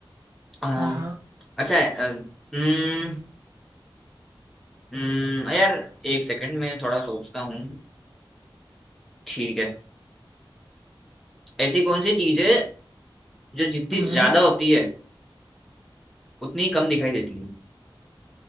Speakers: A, in the centre; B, on the right.
A: अ,
B: हाँ हाँ
A: अच्छा है अ, हम्म, हम्म, यार एक सेकंड मैं थोड़ा सोचता हूँ ठीक है ऐसी कौन सी चीज है जो जितनी
B: हम्म
A: ज्यादा
B: हम्म।
A: होती है उतनी ही कम दिखाई देती है